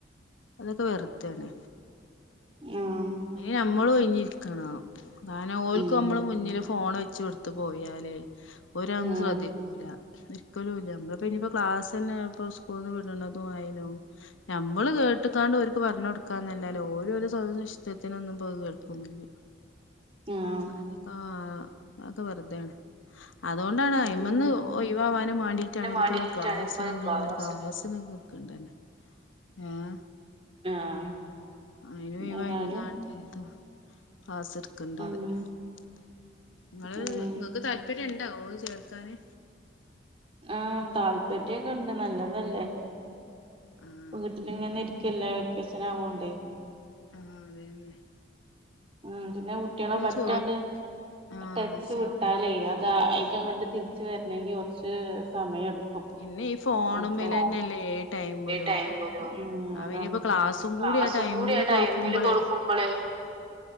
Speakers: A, on the left (about 90°); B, on the right (about 30°).
A: അതൊക്കെ വെറുതാണ്
B: ആഹ്
A: ഇനി നമ്മള് ഒഴിഞ്ഞി ഇരിക്കണം കാരണം ഓൽക്ക്
B: ഉം
A: നമ്മള് മുന്നില് ഫോണ് വെച്ച് കൊടുത്തു പോയാല് ഒരൊന്നും
B: ആഹ്
A: ശ്രദ്ധിക്കൂല ഒരിക്കലും ഇല്ല നമ്മളപ്പോ ഇനിയിപ്പോ ക്ലാസന്നെ ഇപ്പ സ്കൂള്ന്ന് വിടണതുയാലും നമ്മള് കേ എട്ട്ത്താണ്ട് അവരിക്ക് പറഞ്ഞു കൊടുക്കാന്നല്ലല്ലേ ഓല് സൊ സത്യത്തിനൊന്നുംപ്പ കേൾക്കോന്നില്ല
B: ആഹ്
A: അതൊക്കെ ആഹ് അത് വെറുതേണ് അതൊണ്ടാണ് അയ്മ്മേന്ന്
B: ഉം
A: ഒയിവാവാനും വേണ്ടിയിട്ടാണ്
B: അതിന്
A: ഇതിപ്പോ
B: വേണ്ടിട്ടാണ്
A: ഗ്ലാസ്സ്
B: ഇപ്പോ
A: <unintelligible>
B: ക്ലാസ്
A: ക്ക് ണ്ടേനു ഏഹ്
B: ആഹ്
A: അതിനു ഒയ്
B: ഏതായാലും
A: <unintelligible>
B: ഉം
A: നിങ്ങള്
B: ഉം
A: നിങ്ങക്ക് താല്പര്യണ്ടോ ഓഹ് ചേർക്കാന്
B: ആഹ് താല്പര്യൊക്കെണ്ട് നല്ലതല്ലേ
A: ആഹ്
B: വീട്ടിലിങ്ങനെ ക്കില്ലാ വെക്കേഷനാവൊണ്ടേ
A: ആഹ് അതെന്നെ
B: ഉം പിന്നെ കുട്ടിയള് പറ്റാണ്ട്
A: ചോയ് ആഹ്
B: ടച്ച്
A: ശരിയാണ്
B: വിട്ടാലേ അത് <unintelligible> തിരിച്ച് വരണെങ്കി കുറച്ച് സമയെടുക്കും
A: പിന്നെ ഈ ഫോണുമ്മലന്നെല്ലേ
B: അപ്പൊ
A: ഏ ടൈമിലും
B: ടൈമ <unintelligible> ഉം
A: ആ
B: അതാണ്
A: ഇനിയിപ്പോ ക്ലാസ്സും
B: ക്ലാസ്സും
A: കൂടി ആ ടൈമില്
B: കൂടി ആണ്
A: കൊടുക്കുമ്പോള്
B: ടൈമില് കൊടുക്കുമ്പോളേ